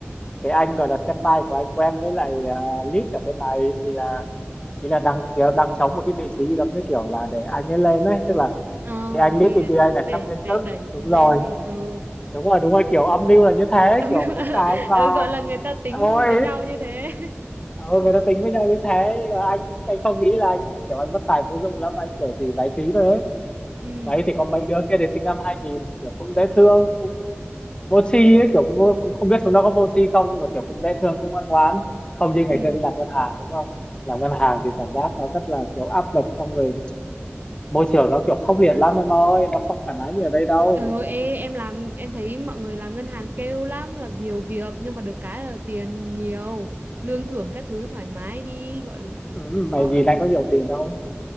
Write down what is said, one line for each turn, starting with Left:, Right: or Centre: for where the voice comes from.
Left: cái anh gọi là senpai của anh quen với lại uh, lead ở bên này thì là thì là đang thiếu đang trống một cái vị trí giống như kiểu là để anh ấy lên đấy tức là
Right: Ờ
Left: cái anh lead
Right: thì
Left: TBA
Right: để
Left: này
Right: để
Left: sắp lên
Right: để
Left: sớp
Right: đẩy
Left: đúng rồi
Right: lên thì ừ.
Left: đúng rồi đúng rồi kiểu âm mưu là như thế
Right: <laughs>
Left: kiểu muốn cài anh vào
Right: ừ gọi là người ta tính
Left: ôi
Right: với nhau như thế
Left: ừ, người ta tính với nhau như thế nhưng mà anh anh không nghĩ là anh kiểu anh bất tài vô dụng lắm anh kiểu chỉ giải trí thôi ấy
Right: <laughs> ừ
Left: đấy thì có mấy đứa kia thì sinh năm 2000 kiểu cũng dễ thương cũng vô tri ấy kiểu cũng, vô- cũng không biết chúng nó có vô tri không nhưng mà kiểu cũng dễ thương cũng ngoan ngoãn không như ngày
Right: ừ
Left: xưa đi làm ngân hàng đúng không làm ngân hàng thì cảm giác nó rất là kiểu áp lực xong rồi môi trường nó kiểu khốc liệt lắm em ơi nó không thoải mái như ở đây đâu
Right: ừ ê, em làm em thấy mọi người làm ngân hàng kêu lắm là nhiều việc nhưng mà được cái là tiền nhiều lương thưởng các thứ thoải mái đi gọi là
Left: ừ, mày
Right: o ấp
Left: nhìn anh
Right: một
Left: có nhiều
Right: tí.
Left: tiền không